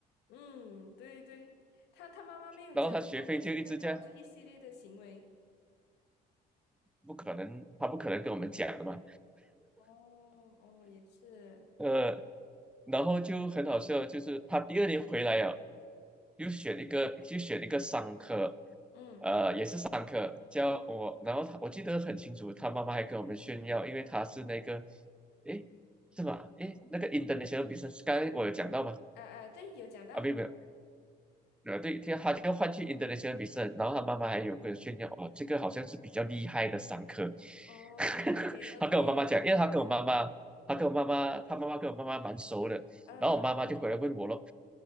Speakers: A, on the left (about 85°); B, in the centre.
A: 嗯，对对，他他妈妈没有讲什么没针对他这一系列的行为。
B: 然后他学费就一直这样，不可能，他不可能跟我们讲的嘛。
A: 哦哦，也是，
B: 呃，然后就很好笑，就是他第二年回来呀，又选一个，就选一个商科，
A: 嗯，
B: 商科教我，然后他我记得很清楚，他妈妈还跟我们炫耀，因为他是那个，诶，是吧？诶，那个 International Business，刚才我有讲到吗？
A: 啊啊，对，有讲到，
B: 啊，没有没有呃，对，听他就换去 international 比赛，然后他妈妈还有个炫耀，
A: 啊，
B: 哦，这个好像是比较厉害的商科。
A: 哦，OK
B: <laughs> 他跟我妈妈讲，
A: OK，
B: 因为他跟我妈妈，他跟我妈妈，他妈妈跟我妈妈蛮熟的，
A: 嗯嗯
B: 然后我妈妈就回来问我咯，